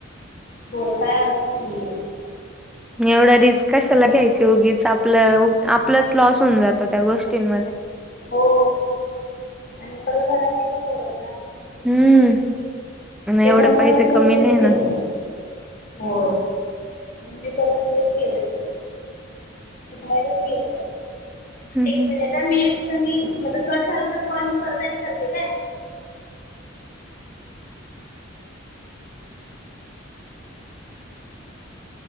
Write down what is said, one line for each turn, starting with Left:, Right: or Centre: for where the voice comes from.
Left: हो काय अर्थच नाहीे.
Centre: एवढं रिस्क क घ्यायची उगीच आपलं आपलंच लॉस होऊन जातो त्या गोष्टींमध्ये
Left: हो आणि परत घरातली पण ओरडणार.
Centre: हम्म
Left: त्याच्यामुळ
Centre: एवढे पैसे
Left: मी परत
Centre: कमी
Left: हेच
Centre: नाही
Left: केलं.
Centre: ना
Left: हो म मी परत हेच केलं ना. बाहेरच गेल
Centre: हम्म
Left: एक मिनिट त्या मी एक कमी माझ कट झालं तर कॉल परत आणि करते काय